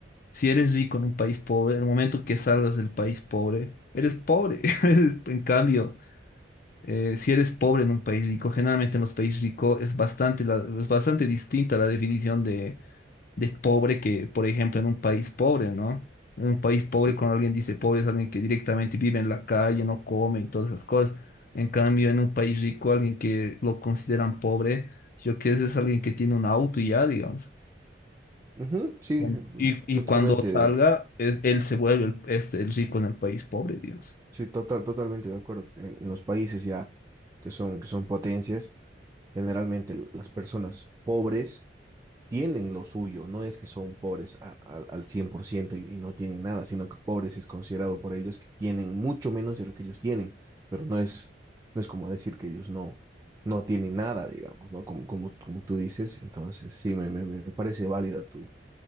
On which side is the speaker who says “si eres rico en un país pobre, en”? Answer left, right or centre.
Left